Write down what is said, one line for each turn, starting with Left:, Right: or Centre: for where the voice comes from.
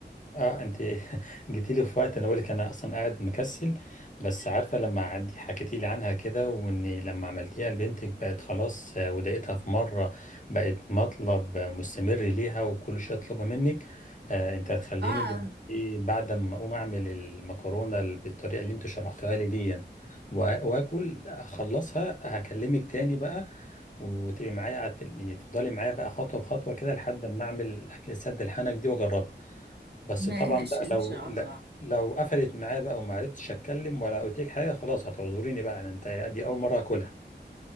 Left: اه انت <laughs> جيتي لي في وقت انا بقولك انا اصلا قاعد مكسل بس عارفه لما عدي حكيتي لي عنها كده وان لما عملتيها لبنتك بقت خلاص آه، ودقتها في مره بقت مطلب آه، مستمر ليها وكل شويه اطلبها منك آه انت هتخليني
Right: اه
Left: دلوقتي بعد ما اقوم اعمل المكرونه ال- بالطريقه اللي انت شرحتها لي دي وا- واكل اخلصها هكلمك تاني بقى وتبقي معايا على التل- تفضلي معايا بقى خطوه بخطوه كده لحد ما اعمل اكل سد الحنك دي واجربها بس
Right: ماشي
Left: طبعا بقى لو
Right: إن شاء
Left: لا-
Right: الله
Left: لو قفلت معايا بقى وما عرفتش اتكلم ولا قلت لك حاجه خلاص هتعذريني بقى انت دي اول مره اكلها